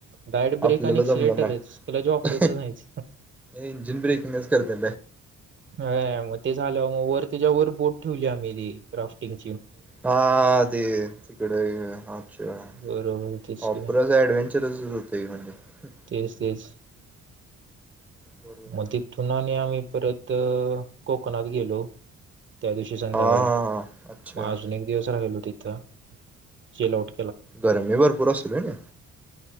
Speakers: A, on the right (about 40°); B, in the centre.
A: डायरेक्ट ब्रेक
B: आपल्याला
A: आणि एक्सिलेटरच
B: जमणार नाही
A: क्लच वापरतच नाहीत
B: इंजिन ब्रेकिंगच करते
A: व्हय मग ते झालं मग वर त्याच्या वर बोट तुझ्या मेरी राॅऊस्टिंग
B: हा ते तिकडे अच्छा
A: बरोबर तेच
B: वापर
A: की
B: ऍडव्हेंचरस होत म्हणजे
A: तेच तेच
B: बरोबर
A: मग
B: आहे.
A: तिथून आणि आम्ही परत कोकणात गेलो त्या दिवशी संध्याकाळी
B: हा हा हा अच्छा
A: मग अजून एक दिवस राहिलो तिथे जेलाऊट
B: गर्मी भरपूर असत्या का नाही